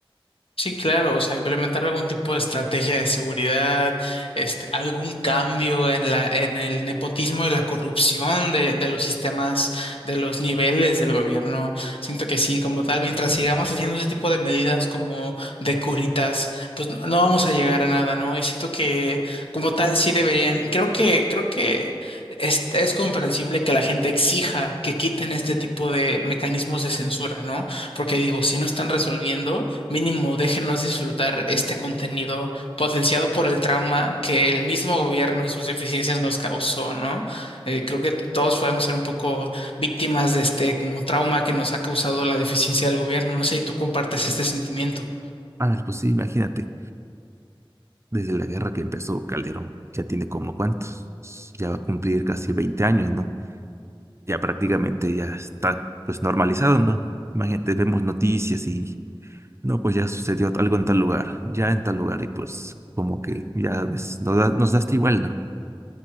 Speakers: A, on the left; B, on the right.
A: Sí, claro, o sea, implementar algún tipo de estrategia de seguridad, este, algún cambio en la, en el nepotismo y la corrupción de, de los sistemas, de los niveles del gobierno. Siento que sí, como tal, mientras sigamos haciendo ese tipo de medidas como de curitas, pues no, no vamos a llegar a nada, ¿no? Y siento que como tal sí deberían, creo que, creo que es, es comprensible que la gente exija que quiten este tipo de mecanismos de censura, ¿no? Porque digo, si no están resolviendo mínimo déjenos disfrutar este contenido potenciado por el trauma que el mismo gobierno y sus deficiencias nos causó, ¿no? Eh, creo que todos podemos ser un poco víctimas de este como trauma que nos ha causado la deficiencia del gobierno. No sé si tú compartes este sentimiento.
B: Ah, pues sí, imagínate, desde la guerra que empezó Calderón, ya tiene como cuántos, ya va a cumplir casi 20 años, ¿no? ya prácticamente ya está pues normalizado, ¿no? Imagínate, vemos noticias y no, pues ya sucedió algo en tal lugar, ya en tal lugar y pues como que ya ves, nos da, nos da hasta igual, ¿no?